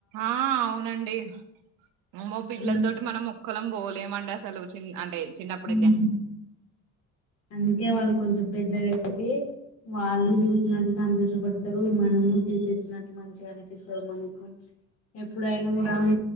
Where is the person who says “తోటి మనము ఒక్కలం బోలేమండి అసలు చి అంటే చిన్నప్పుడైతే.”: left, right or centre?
Right